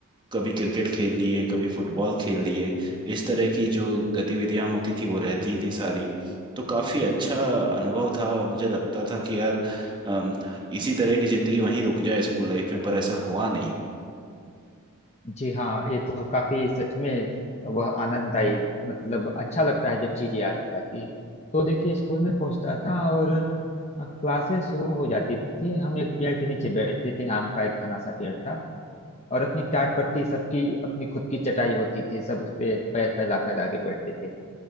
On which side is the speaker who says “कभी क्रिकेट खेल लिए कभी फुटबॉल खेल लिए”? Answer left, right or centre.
Right